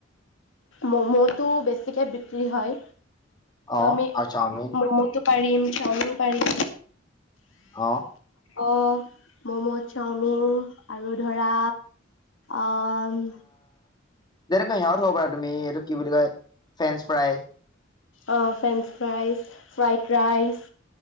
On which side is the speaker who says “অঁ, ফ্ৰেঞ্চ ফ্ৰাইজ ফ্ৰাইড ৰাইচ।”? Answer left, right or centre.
Left